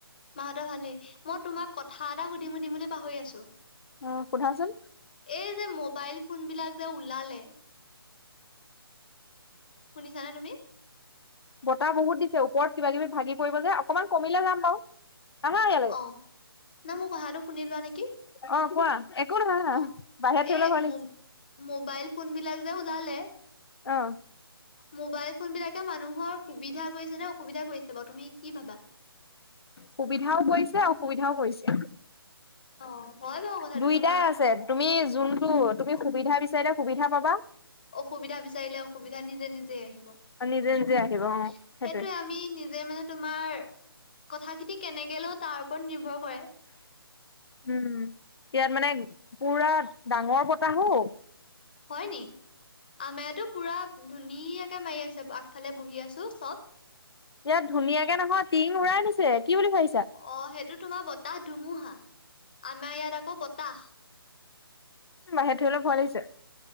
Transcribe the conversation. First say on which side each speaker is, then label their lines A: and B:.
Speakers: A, on the left; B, on the left.
A: মাহঁতৰ ভালেই মই তোমাক কথা এটা সুধিম সুধিম বুলি পাহৰি আছো
B: আহ সোধাচোন
A: এই যে মোবাইল ফোন বিলাক যে ওলালে শুনিছানে তুমি
B: বতাহ বহুত দিছে ওপৰত কিবা কিবি ভাগি পৰিব যে অকণমান কমিলে যাম বাৰু আহা ইয়ালৈকে
A: অ না মোৰ কথাটো শুনি লোৱা নেকি
B: অ', কোৱা একো নহা
A: অ
B: বাহিৰত থলৈ
A: এ
B: ভাল লাগ
A: মো মোবাইল ফোন বিলাক যে ওলালে
B: আহ
A: মোবাইল ফোন বিলাকে মানুহৰ সুবিধা কৰিছে নে অসুবিধা কৰিছে বাৰু তুমি কি ভাবা
B: সুবিধাও কৰিছে অসুবিধাও কৰিছে
A: অ হয় বাৰু কথাটো
B: দুইটাই
A: তোমাৰ
B: আছে তুমি যোনটো তুমি সুবিধা বিচাৰিলে সুবিধা পাবা
A: অসুবিধা বিচাৰিলে অসুবিধা নিজে নিজে আহিব
B: নিজে নিজে আহিব অ',
A: সেইটোয়ে
B: সেইটোৱে।
A: আমি নিজে মানে তোমাৰ কথাখিনতি কেনেকে লওঁ তাৰ ওপৰত নিৰ্ভৰ কৰে
B: উম ইয়াত মানে পুৰা ডাঙৰ বতাহ হও
A: হয় নি আমায়াতো পুৰা ধুনীয়াকে মাৰি আছে আগফালে বহি আছো চব
B: ইয়াত ধুনীয়াকে নহয় টিং উৰাই আ নিছে কি বুলি ভাবিছা
A: অ সেইটো তোমাৰ বতাহ ধুমুহা আমাৰ ইয়াত আকৌ বতাহ
B: বাহেটো অলপ ভালিছে